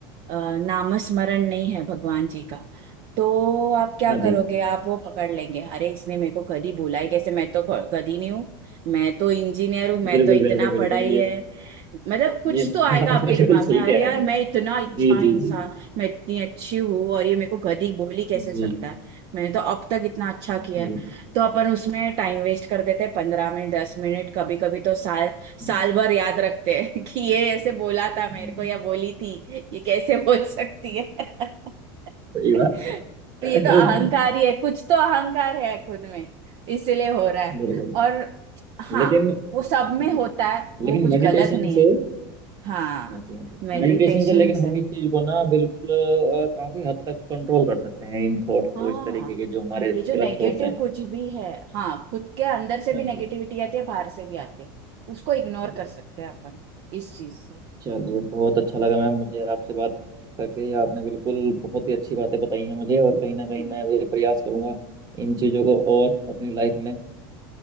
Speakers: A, on the right; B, on the right.
A: अ, नामस्मरण नहीं है भगवान जी का तो आप क्या
B: हाँ
A: करोगे
B: जी
A: आप वो पकड़ लेंगे अरे इसने मेरे को गधी बोला ही कैसे मैं तो ख- गधी नहीं हूँ मैं तो इंजीनियर हूँ मैं
B: बिल्कुल
A: तो इतना
B: बिल्कुल बिल्कुल
A: पढ़ाई
B: ये
A: है
B: बात
A: मतलब कुछ
B: ये
A: तो आएगा
B: बात आप
A: आपके
B: बिल्कुल
A: दिमाग
B: सही
A: में अरे
B: कह
A: यार
B: रहे हैं
A: मैं इतना अच्छा
B: जी जी
A: इंसान
B: जी
A: मैं इतनी अच्छी हूँ और ये मेरे को गधी बोल ही कैसे
B: जी
A: सकता है मैंने तो अब तक इतना अच्छा किया
B: बिल्कुल
A: है तो अपन उसमें टाइम वेस्ट कर देते हैं पंद्रह मिनट दस मिनट कभी कभी तो साल
B: हम्म,
A: साल भर याद रखते हैं <laughs> कि ये ऐसे बोला था
B: हम्म,
A: मेरे को या बोली थी ये कैसे <laughs> बोल सकती है <laughs>
B: सही
A: तो
B: बात <laughs>
A: ये तो अहंकार ही है कुछ तो अहंकार है खुद में इसलिए हो रहा है
B: बिल्कुल
A: और हाँ
B: लेकिन
A: वो सब में
B: जी
A: होता है
B: लेकिन
A: वो कुछ
B: मेडिटेशन
A: गलत नहीं
B: से
A: है हाँ
B: हाँ जी हाँ जी
A: मेडिटेशन
B: मेडिटेशन से लेकिन हम इस चीज को ना बिल्कुल अ, काफी हद तक कंट्रोल कर सकते हैं इन थॉट्स
A: हाँ
B: को इस तरीके के जो हमारे
A: ये जो
B: गलत
A: नेगेटिव
B: थॉट्स हैं
A: कुछ भी है हाँ खुद के अंदर से
B: हाँ
A: भी नेगेटिविटी
B: जी
A: आती है बाहर से भी आती है उसको इग्नोर
B: हाँ जी
A: कर सकते हैं अपन इस चीज से
B: चलिए बहुत अच्छा लगा मैम मुझे आपसे बात करके आपने बिल्कुल बहुत ही अच्छी बातें बताई हैं मुझे और कहीं ना कहीं
A: हम्म।
B: मैं भी प्रयास करूंगा इन चीजों को और अपनी लाइफ में अ,